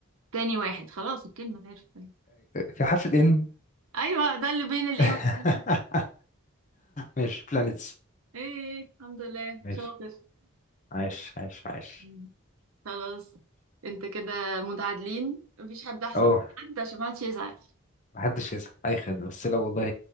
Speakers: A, on the right; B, on the left.
A: تاني واحد خلاص الكلمه اتعرفت تاني.
B: في حرف الان
A: ايوه ده اللي بين الايه
B: <laughs>
A: والسين
B: ماشي بلانيتس
A: ايه الحمد لله
B: ماشي
A: شاطر
B: عايش عايش عايش
A: مم. خلاص انت كده متعادلين مفيش حد احسن
B: اه
A: من حد عشان ما حدش يزعل
B: محدش يزعل اي خدمة بس لا والله